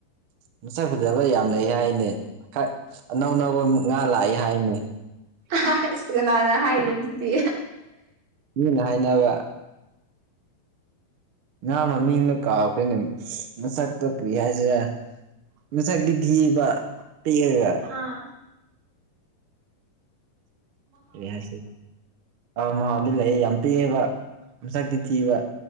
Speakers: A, on the right; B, on the right.
A: ꯃꯁꯛ ꯐꯗꯕ ꯌꯥꯝ ꯂꯩ ꯍꯥꯏꯅꯦ ꯈꯛ ꯑꯅꯧ ꯑꯅꯧꯕ ꯉꯥ ꯂꯥꯛꯑꯦ ꯍꯥꯏꯅꯦ
B: ꯍꯥꯏꯁ ꯀꯅꯥꯅ ꯍꯥꯏꯔꯤꯔꯣ ꯑꯗꯨꯗꯤ
A: ꯃꯤꯅ ꯍꯥꯏꯅꯕ ꯉꯥ ꯃꯃꯤꯡꯗꯣ ꯀꯥꯎꯈ꯭ꯔꯦꯅꯦ ꯃꯁꯛꯇꯣ ꯀꯔꯤ ꯍꯥꯏꯁꯤꯔ ꯃꯁꯛꯇꯤ ꯊꯤꯕ ꯄꯤꯛꯑꯒ
B: ꯑꯥ
A: ꯀꯔꯤ ꯍꯥꯏꯁꯤ ꯑꯥ ꯃꯍꯥꯎꯗꯤ ꯂꯩ ꯌꯥꯝ ꯄꯤꯛꯑꯦꯕ ꯃꯁꯛꯇꯤ ꯊꯤꯕ